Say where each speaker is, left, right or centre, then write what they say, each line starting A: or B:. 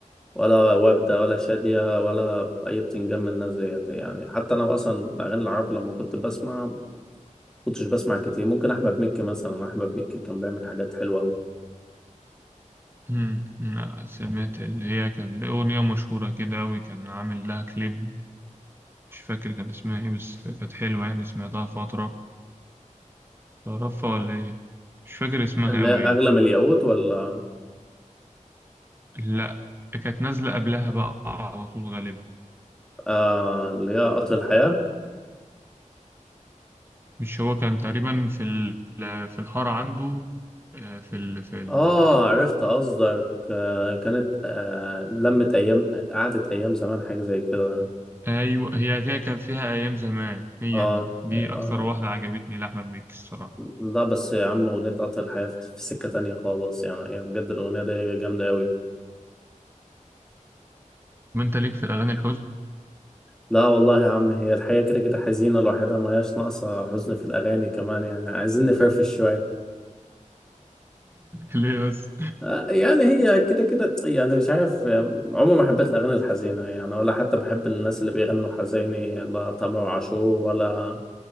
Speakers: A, in the centre; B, on the right (about 15°).
A: ولا وردة ولا شادية ولا اي بتنجم من الناس ديت يعني حتى انا اصلا الاغاني العربي لما كنت بسمع كنتش بسمع كتير ممكن احمد مكي مثلا احمد مكي كان بيعمل حاجات حلوة قوي
B: امم لا سمعت اللي هي كان ليه أغنية مشهورة كده أوي كان عامل لها كليب مش فاكر كان اسمها إيه بس كانت حلوة يعني سمعتها فترة تعرفها ولا إيه؟ مش فاكر اسمها
A: اللي
B: أوي
A: هي اغلى
B: يعني
A: من الياقوت ولا
B: لأ كانت نازلة قبلها بقى على طول غالبا
A: آه اللي هي قطر الحياة
B: مش هو كان تقريبا في ال... في الحارة عنده آه، في ال... في ال...
A: اه عرفت قصدك آه، كانت آه، لمت ايام قعدت ايام زمان حاجه زي كده
B: أيوة هي فيها كان فيها أيام زمان هي
A: اه
B: دي دي
A: اه
B: أكتر واحدة عجبتني لأحمد مكي الصراحة
A: لا بس يا عم اغنيه قطر الحياه في في سكه تانية خالص يعني هي بجد الاغنيه دي جامده قوي
B: ما أنت ليك في الأغاني الحزن
A: لا والله يا عم هي الحياه كده كده حزينه لوحدها ما هياش ناقصه حزن في الاغاني كمان يعني عايزين نفرفش شويه
B: <laughs> ليه بس؟
A: آه، يعني هي كده كده يعني مش عارف آه، عمري ما حبيت الأغاني الحزينة يعني ولا حتى بحب الناس اللي بيغنوا حزيني لا تامر عاشور ولا